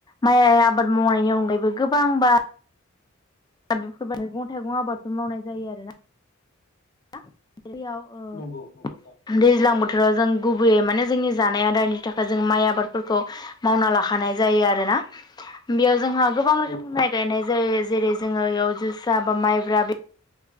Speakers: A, on the left; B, on the left.
A: माइ आबाद माव मावनायनि अनगायैबो गोबांबा दा बेफोर बायदि मैगं-थाइगं आबादफोर मावनाय जायो आरोना। <inaudible> दैयाव
B: नंगौ नंगौ नोंथां
A: दैज्लां बोथोराव जों गुबैयै माने जोंनि जानाय आदारनि थाखाय जों माइ आबादफोरखौ मावना लाखानाय जायो आरोना। ना बेयाव जोंहा गोबां रोखोमनि
B: औ औ
A: माइ गायनाय जायो जेरै जोङो बेयाव जोसा बा माइब्रा बे